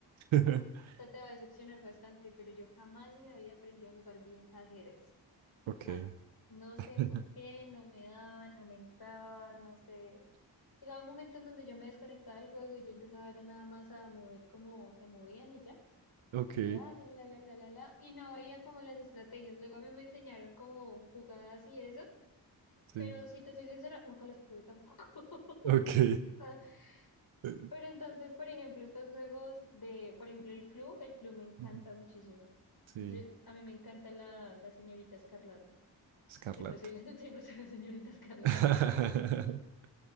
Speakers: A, on the right; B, on the left.
A: <laughs>
B: sea, te va a decepcionar bastante, pero yo jamás en la vida aprendí a jugar bien ajedrez.
A: Ok.
B: Jamás. No sé
A: <laughs>
B: por qué, no me daba, no me entraba, no sé. Llegaba un momento en donde yo me desconectaba del juego y yo empezaba era nada más a mover como se movían y ya.
A: Ok.
B: Y ya, la, la, la, la, la, la. Y no veía como las estrategias. Luego a mí me enseñaron como jugadas y eso.
A: Sí.
B: Pero si te soy sincera, nunca las pude tampoco. <laughs>
A: Ok.
B: Ah,
A: <laughs>
B: Pero entonces, por ejemplo, estos juegos de, por ejemplo, el club, el club me encanta
A: Ujú.
B: muchísimo.
A: Sí.
B: Yo- a mí me encanta la, la señorita Escarlata.
A: Escarlata.
B: Siempre soy la, <laughs> siempre soy la señorita Escarlata.
A: <laughs>